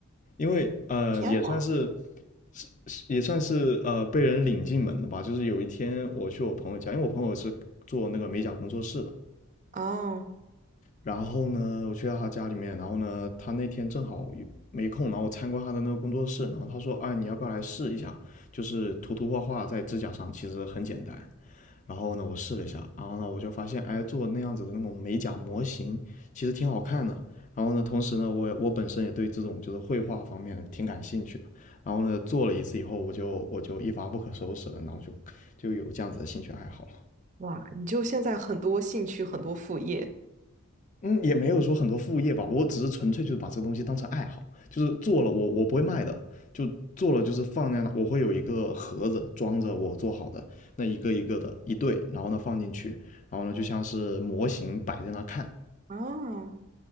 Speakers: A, on the left; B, on the right.
A: 因为呃也算是
B: 天呐，
A: 是是也算是呃被人领进门的吧，就是有一天我去我朋友家，因为我朋友是做那个美甲工作室的，
B: 哦。
A: 然后呢，我去到他家里面，然后呢，他那天正好没空，然后我参观他的那个工作室，然后他说，哎，你要不要来试一下？就是涂涂画画在指甲上，其实很简单。然后呢，我试了一下，然后呢，我就发现，哎，做那样子的那种美甲模型，其实挺好看的。然后呢，同时呢，我我本身也对这种就是绘画方面的挺感兴趣的。然后呢，做了一次以后，我就我就一发不可收拾了，然后就就有这样子的兴趣爱好了。
B: 哇，你就现在很多兴趣，很多副业
A: 嗯，也没有说很多副业吧，我只是纯粹就是把这个东西当成爱好，就是做了我我不会卖的，就做了就是放在那，我会有一个盒子装着我做好的那一个一个的一对，然后呢放进去，然后呢就像是模型摆在那看，
B: 啊，